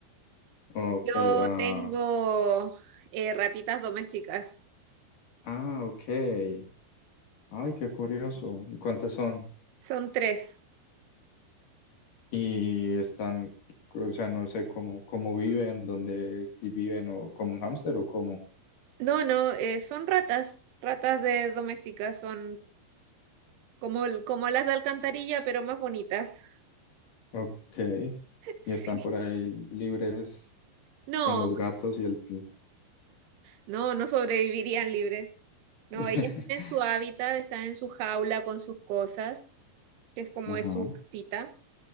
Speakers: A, on the left; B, on the right.
A: Ok,
B: Yo
A: ah.
B: tengo eh, ratitas domésticas.
A: Ah, ok. Ay, qué curioso. ¿Y cuántas son?
B: Son tres.
A: Y están, o sea, no sé cómo, cómo viven, dónde viven, o como un hámster o cómo.
B: No, no, eh, son ratas. Ratas de domésticas. Son como, el- como las de alcantarilla, pero más bonitas. <laughs>
A: Ok.
B: Sí.
A: Y están por ahí libres
B: No,
A: con los gatos y el,
B: no, no sobrevivirían libres. No,
A: <laughs>
B: ellas tienen su hábitat, están en su jaula con sus cosas, que es como
A: Ajá,
B: es su casita,